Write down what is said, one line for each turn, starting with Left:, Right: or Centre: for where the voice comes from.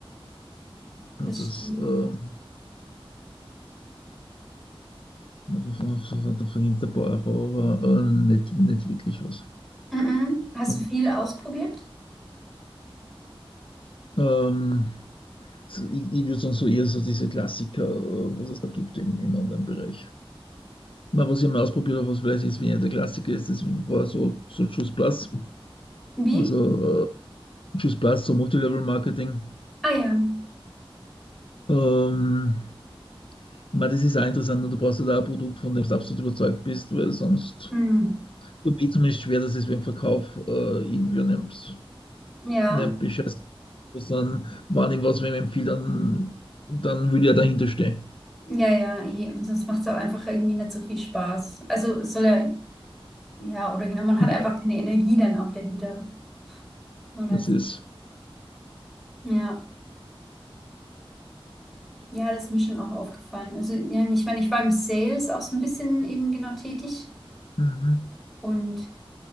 Left: also
Centre: das
Left: das
Centre: stimmt.
Left: äh, da verdient ein paar Euro, aber äh, nicht, nicht wirklich was.
Centre: Mhm. Hast
Left: Also,
Centre: du viel ausprobiert?
Left: Ähm, so, ich ich würde sagen, so eher so diese Klassiker, äh, was es da gibt im, im Online-Bereich. Na, was ich mal ausprobiert habe, was vielleicht jetzt weniger der Klassiker ist, das war so, so Juice Plus.
Centre: Wie?
Left: Also äh, Juice Plus, so Multilevel-Marketing.
Centre: Ah ja.
Left: Ähm, ich meine, das ist auch interessant und du brauchst halt auch ein Produkt, von dem du absolut überzeugt bist, weil sonst
Centre: Mhm.
Left: tut mir zumindest schwer, dass es beim Verkauf, äh, ich nehmt,
Centre: Ja,
Left: nehmt Bescheid, sondern wenn ich was wem empfehle, dann, dann will ich ja dahinter stehen.
Centre: ja, ja. eh. Und sonst macht es auch einfach irgendwie nicht so viel Spaß. Also es soll ja, ja, oder genau, man hat
Left: Ja,
Centre: einfach keine Energie dann auch dahinter. Man
Left: das
Centre: als-
Left: ist.
Centre: Ja, ja, das ist mir schon auch aufgefallen. Also ja, ich meine, ich war im Sales auch so ein bisschen eben genau tätig.
Left: Mhm.
Centre: Und